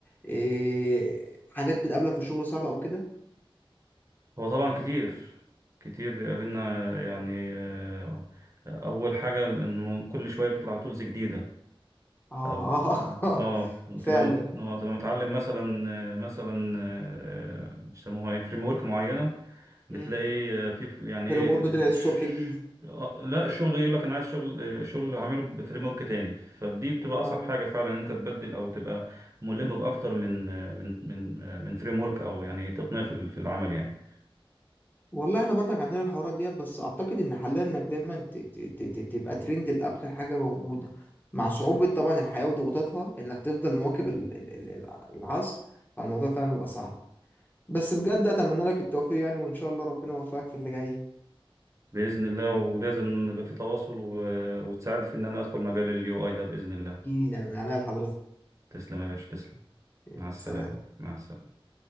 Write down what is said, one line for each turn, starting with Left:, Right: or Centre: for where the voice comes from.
Left: إيه حاجات بتقابلك في الشغل صعبه او كده
Right: هو طبعا كتير كتير بيقابلنا يعني آه، أول حاجة إن م- كل شوية بيطلع تولز جديدة
Left: اه
Right: أو اه
Left: <laughs>
Right: آه، وتبقى
Left: فعلا
Right: مت... آه، تبقى متعلم مثلا آه، مثلا آه، بيسموها ايه فريم ورك معينة بتلاقي
Left: امم
Right: آه، في يعني
Left: فريم
Right: ايه
Left: ورك طلع الصبح
Right: ش-
Left: جديد
Right: آه، لا الشغل يقول لك انا عايز شغل شغل هعمله بفريم ورك تاني فدي بتبقى
Left: اه
Right: اصعب حاجه فعلا ان انت تبدل او تبقى ملم باكتر من آه، من من آه، من فريم ورك او يعني تقنيه في ال- في العمل يعني
Left: والله احنا برضك عندنا الحوارات ديت بس اعتقد ان حلها انك دايما ت- ت- ت- ت- تبقى ترند لاخر حاجه موجوده مع صعوبه طبعا الحياه وضغوطاتها انك تفضل مواكب ال- ال- ال- العصر فالموضوع فعلا بيبقى صعب بس بجد اتمنى لك التوفيق يعني وان شاء الله ربنا يوفقك في اللي جاي
Right: باذن الله ولازم نبقى في تواصل و- وتساعد في ان انا ادخل مجال اليو اي ده باذن الله
Left: اكيد يعني من عناية لحضرتك
Right: تسلم يا باشا تسلم
Left: يلا
Right: مع السلامه
Left: سلام
Right: مع السلامه